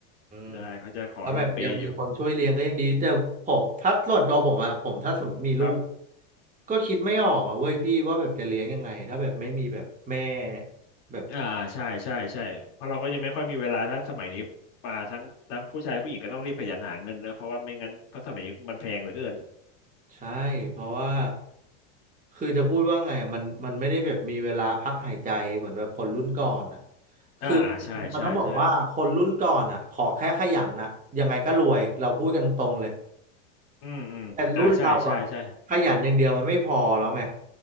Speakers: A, on the left; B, on the right.
A: ใช่เขาจะขอรอเปย์อยู่
B: มเพาะแบบยังมีคนช่วยเลี้ยงก็ยังดีแต่ผมถ้าส่วนตัวผมอะผมถ้าสมมติมีลูก
A: ครับ
B: ก็คิดไม่ออกอะเว้ยพี่ว่าแบบจะเลี้ยงยังไงถ้าแบบไม่มีแบบแม่แบบ
A: อ่าใช่ใช่ใช่เพราะเราก็ยังไม่ค่อยมีเวลาถ้าสมัยนี้มาทั้งทั้งผู้ชายผู้หญิงก็ต้องรีบขยันหาเงินนะเพราะว่าไม่งั้นเพราะสมัยนี้มันแพงเหลือเกิน
B: ใช่เพราะว่าคือจะพูดว่าไงอะมันมันไม่ได้แบบมีเวลาพักหายใจเหมือนแบบคนรุ่นก่อนอะ
A: อ่าอ่าใช่ใช่ใช่
B: คือมันต้องบอกว่าคนรุ่นก่อนอะขอแค่ขยันอะยังไงก็รวยเราพูดกันตรงๆเลย
A: อืมอืมอ่าใช่ใช่ใช่
B: แต่รุ่นเราอ่ะขยันอย่างเดียวมันไม่พอแล้วไง